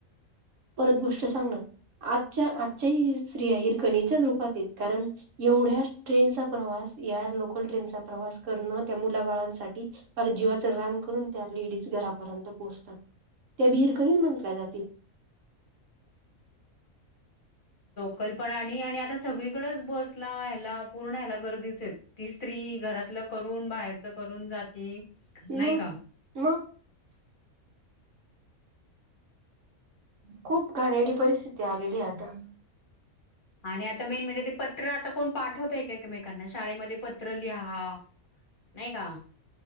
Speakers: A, on the right; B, on the left.
A: परत गोष्ट सांगणं. आजच्या आजच्याही स्त्रीया हिरकणीच्याच रूपातेत कारण एवढ्या ट्रेनचा प्रवास- या लोकल ट्रेनचा प्रवास करण त्या मुलाबाळांसाठी- पर जीवाचं रान करून त्या लेडीज घरापर्यंत पोहोचतात. त्या बिरकणीच म्हटल्या जातील.
B: कल्पणाणी आणि आता सगळीकडेच बसला या्यायला पूर्ण या्यायला गर्दीचे आहेत ती स्त्री घरातलं करून बाहेरच करून जाती
A: म
B: नाही का?
A: म खूप घाणेडी परिस्थिती आलेली आता
B: आणि आता मेन म्हणजे ते पत्र आता कोण पाठवतय कामेकांना शाळेमध्ये पत्र लिहा नाही का